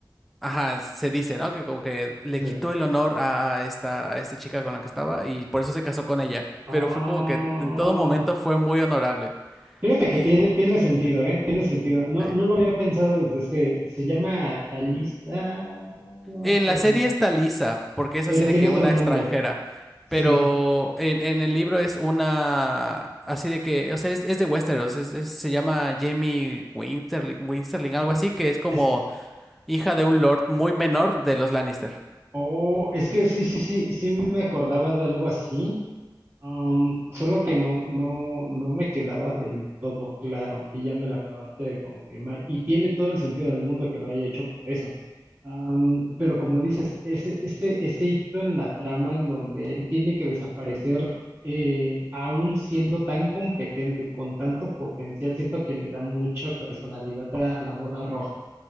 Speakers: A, in the centre; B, on the right.
A: ajá, se dice, ¿no? Que como que le
B: sí.
A: quitó el honor a esta, a esta chica con la que estaba y por eso se casó con ella,
B: Ah,
A: pero fue como que en todo momento fue muy honorable
B: fíjate que
A: y...
B: tiene, tiene sentido, ¿eh? Tiene sentido. No,
A: sí.
B: no lo había pensado desde ese. Se llama Talisa. No
A: En
B: me acuerdo.
A: la serie está Lisa, porque es
B: Pero
A: así de
B: tiene
A: que
B: otro
A: una
B: nombre.
A: extranjera,
B: Sí,
A: pero en, en el libro es una, así de que, o sea, es, es de Westeros, es- es- se llama Jamie Winterling, Winsterling, algo
B: sí.
A: así, que es como
B: Es,
A: hija de un lord muy menor de los Lannister.
B: oh, es que sí, sí, sí, sí me acordaba de algo así. Am,
A: Ujú.
B: solo que no, no, no me quedaba del todo claro y ya me lo acabaste de confirmar. Y tiene todo el sentido del mundo que lo haya hecho por eso. Am, pero como dices, ese, ese, ese hito en la trama en donde él tiene que desaparecer, eh, aún siendo tan competente, con tanto potencial, siento que le da mucha personalidad a la boda roja.